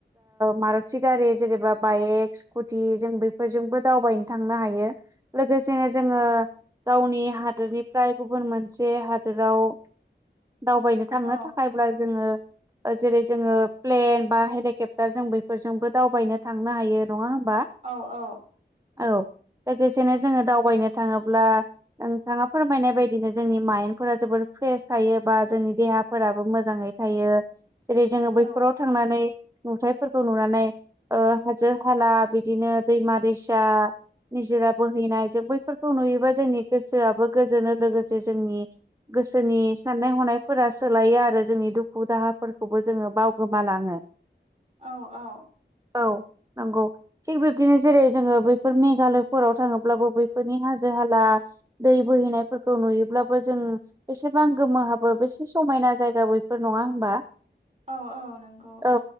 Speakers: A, on the right; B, on the right.
A: मारथि गारि जेनेबा बाइक स्कुटि जों बेफोरजोंबो दावबायनो थांनो हायो। लोगोसेनो जोङो गावनि हादनि फ्राय गुबुन मोनसे हादोराव दावबायनो थांनो
B: औ
A: थाखायब्ला जोङो जेरै जोङो प्लेन बा हेलिकप्टार जों बैफोरजोंबो दावबायनो थांनो हायो। नङा होमबा?
B: औ औ
A: औ लोगोसेनो जोङो दावबायनो थाङोब्ला नोंथाङा। फोरमायनाय बायदिनो जोंनि माइन्दफोरा जोबोर फ्रेस थायो बा जोंनि देहाफोराबो मोजाङै थायो। जेरै जोङो
B: औ
A: बैफोराव थांनानै नुथायाइफोरखौ नुनानै हाजो हाला बिदिनो दैमा दैसा निजोरा बोहैनाय जों बैफोरखौ नुयोबा जोंनि गोसोआबो गोजोनो लोगोसे जोंनि गोसोनि साननाय हनायफोरा सोलायो आरो जोंनि दुखु दाहा फोरखौबो जोङो बावगोमालाङो।
B: औ औ
A: औ नंगौ थिग बिब्दिनो जेरै जोङो बैफोर मेघालयफोराव थाङोब्लाबो बैफोरनि हाजो हाला दै बोहैनायफोरखौ नुयोब्लाबो जों बेसेबां गोमोहाबो बेसे समायना जायगा बैफोर नङा होमबा?
B: औ औ नंगौ
A: औ